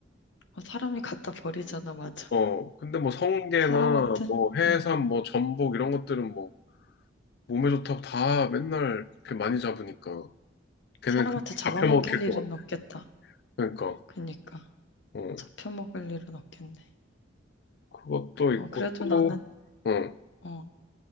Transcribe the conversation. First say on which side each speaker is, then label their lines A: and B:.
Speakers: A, on the left; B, on the left.
A: 어, 사람이 갖다 버리잖아, 맞아.
B: 어, 근데 뭐 성게나
A: 사람한테,
B: 뭐 해삼,
A: 어,
B: 뭐 전복 이런 것들은 뭐 몸에 좋다고 다 맨날 그렇게 많이 잡으니까 걔는
A: 사람한테
B: 금방
A: 잡아먹힐
B: 잡혀먹힐
A: 일은
B: 것 같아.
A: 없겠다.
B: 그러니까.
A: 그니까.
B: 어.
A: 잡혀먹을 일은 없겠네.
B: 그것도
A: 어,
B: 있고
A: 그래도
B: 또,
A: 나는,
B: 응.
A: 어,